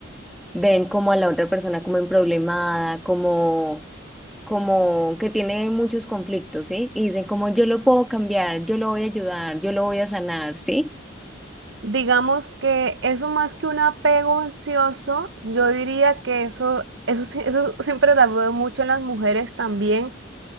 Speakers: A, in the centre; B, on the right.
A: ven como a la otra persona como emproblemada, como, como que tiene muchos conflictos, ¿sí? Y dicen como yo lo puedo cambiar, yo lo voy a ayudar, yo lo voy a sanar, ¿sí?
B: Digamos que eso más que un apego ansioso, yo diría que eso, eso, sí- eso siempre la veo mucho en las mujeres también.